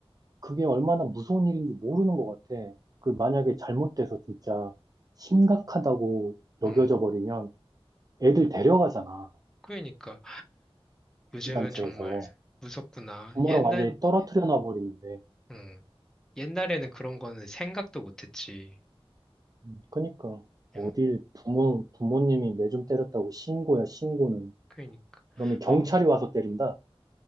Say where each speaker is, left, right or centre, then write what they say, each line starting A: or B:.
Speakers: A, on the right; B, in the centre.
A: 그게 얼마나 무서운 일인지 모르는 것 같아. 그 만약에 잘못돼서 진짜 심각하다고 여겨져
B: 음.
A: 버리면 애들 데려가잖아.
B: 그러니까 요즘은
A: 이 단체에서.
B: 정말 무섭구나.
A: 부모랑
B: 옛날,
A: 완전히 떨어뜨려 놔 버리는데.
B: 음, 옛날에는 그런 거는 생각도 못했지.
A: 음, 그러니까 어딜
B: 음,
A: 부모, 부모님이 매 좀 때렸다고 신고야, 신고는.
B: 그러니까.
A: 그러면 경찰이
B: 어,
A: 와서 때린다?